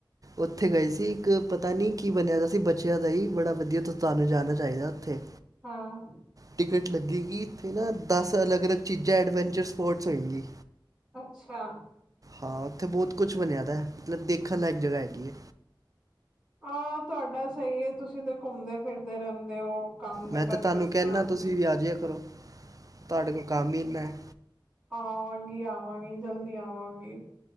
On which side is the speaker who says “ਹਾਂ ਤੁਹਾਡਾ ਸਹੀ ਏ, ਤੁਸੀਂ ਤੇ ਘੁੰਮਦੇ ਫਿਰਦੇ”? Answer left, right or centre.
Right